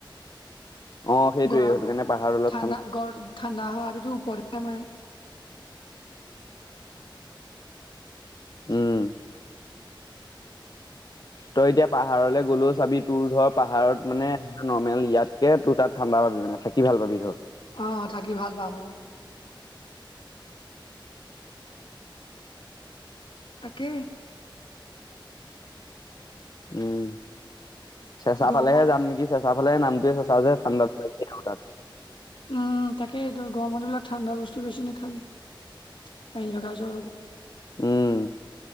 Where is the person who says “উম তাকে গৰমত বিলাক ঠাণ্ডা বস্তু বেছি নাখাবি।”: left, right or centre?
Left